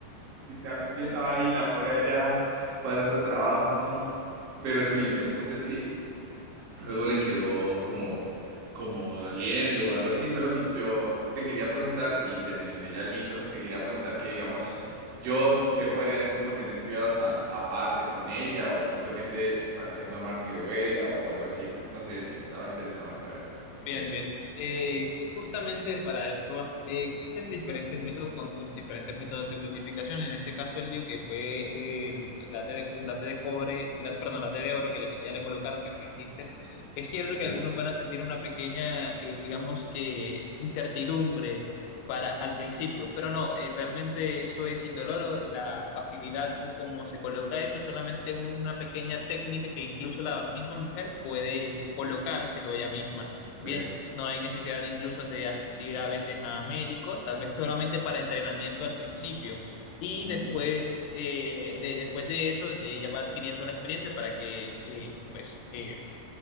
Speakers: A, on the right; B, on the left.
A: Literalmente yo
B: <laughs>
A: estaba ahí, la pobre allá, pasando trabajo, no. Pero sí, el punto es que luego le quedó como, como doliendo o algo así. Entonces lo que yo te quería preguntar, y te mencioné ya el mito, te quería preguntar que digamos, yo, ¿qué podría hacer como tener cuidados a- aparte con ella o simplemente va a ser normal que le duela o algo así? Pues no sé, que estaba interesado en saber
B: Bien,
A: eso.
B: bien. Eh, justamente para eso va. Eh, existen diferentes métodos con los diferentes métodos de planificación. En este caso, el DIU, que fue eh, el- la T de, la T de cobre, la, perdón, la T de oro que le- ya le colocaron, que me dijiste. Es cierto
A: Sí,
B: que algunos van a sentir una pequeña, eh, digamos que, incertidumbre para, al principio, pero no, eh, realmente eso es indoloro y la facilidad como se coloca eso es solamente una pequeña técnica que incluso la misma mujer puede colocárselo ella misma.
A: ok.
B: Bien, no hay necesidad de incluso de asistir a veces a médicos, tal vez solamente para entrenamiento al principio. Y
A: Ujú,
B: después, eh, de, después de eso, ella va adquiriendo la experiencia para que eh, pues, eh,